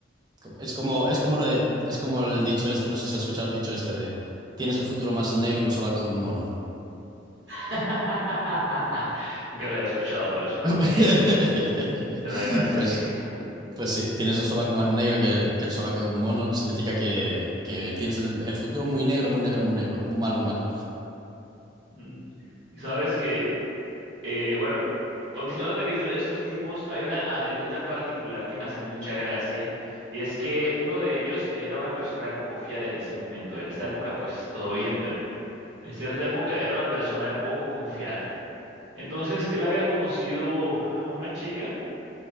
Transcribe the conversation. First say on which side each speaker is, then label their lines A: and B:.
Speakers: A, on the right (about 20°); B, on the right (about 80°).
A: es como, es como lo de, es como el dicho este, no sé si has escuchado el dicho este de tienes el futuro más negro que el sobaco de un mono.
B: <laughs> Nunca lo había escuchado, pero suena
A: <laughs>
B: muy bien, ¿eh? Suena graciosísimo.
A: Pues, pues sí, tienes el sobaco más negro que, que el sobaco de un mono, significa que, que tienes el, el futuro muy negro, muy negro, muy negro, muy mal, muy mal.
B: Mm. Y sabes que, eh, bueno, continuando de la historia de estos tipos, hay una anécdota en particular que me hace mucha gracia, y es que uno de ellos era una persona de poco fiar en ese momento. En esta época, pues todo bien, pero en cierta época era una persona de poco confiar. Entonces, él había conocido a una chica